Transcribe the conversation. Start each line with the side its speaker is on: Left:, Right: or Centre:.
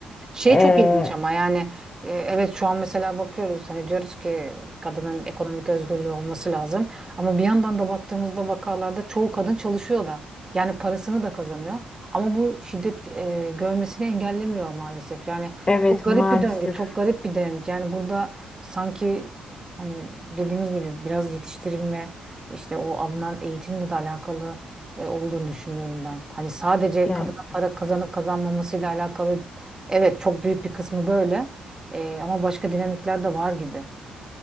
Right: Şey
Left: Ee,
Right: çok ilginç ama yani e, evet şu an mesela bakıyoruz hani diyoruz ki kadının ekonomik özgürlüğü olması lazım ama bir yandan da baktığımızda vakalarda çoğu kadın çalışıyor da yani parasını da kazanıyor ama bu şiddet e, görmesini engellemiyor maalesef yani
Left: evet
Right: çok garip
Left: maalesef
Right: bir döngü çok garip bir dinamik yani burada sanki hani dediğimiz gibi biraz yetiştirilme işte o alınan eğitimle de alakalı e, olduğunu düşünüyorum ben hani sadece
Left: yani,
Right: kadına para kazanıp kazanmamasıyla alakalı Evet çok büyük bir kısmı böyle. Ee, ama başka dinamikler de var gibi.